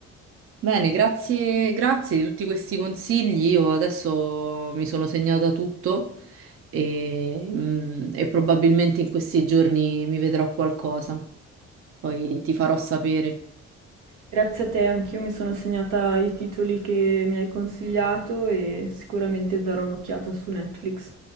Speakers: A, on the right; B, on the right.
A: Bene, grazie, grazie di tutti questi consigli. Io adesso mi sono segnata tutto e, mm, e probabilmente in questi giorni mi vedrò qualcosa. Poi ti farò sapere.
B: Grazie a te, anch'io mi sono segnata i titoli che mi hai consigliato e sicuramente darò un'occhiata su Netflix.